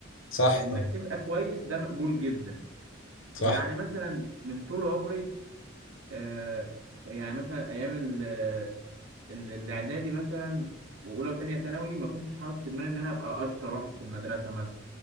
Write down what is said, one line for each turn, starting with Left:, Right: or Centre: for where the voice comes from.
Left: صح
Right: إنك
Left: طبعا
Right: تبقى كويس ده مقبول جدا
Left: صح
Right: يعني مثلا من طول عمري آه، يعني مثلا أيام ال- ال- الإعدادي مثلا وأولى وتانية ثانوي ما كنتش حاطط في دماغي إن أنا أبقى أشطر واحد في المدرسة مثلا،